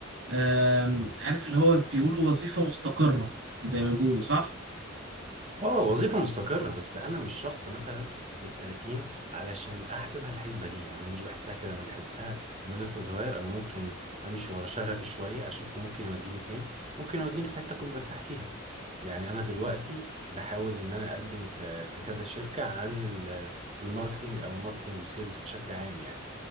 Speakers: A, on the right; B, on the right.
A: آه عارف اللي هو بيقولوا وظيفة مستقرة زي ما بيقولوا صح
B: اه وظيفة مستقرة بس انا مش شخص مثلا في التلاتين علشان احسبها الحسبة دي يعني انا مش بحسها كده انا بحسها انا لسه صغير انا ممكن امشي ورا شغفي شوية اشوفه ممكن يوديني فين ممكن يوديني في حتة اكون مرتاح فيها يعني انا دلوقتي بحاول ان انا اقدم في في كذا شركة عن ال- في الماركتينج او الماركتينج وسيلز بشكل عام يعني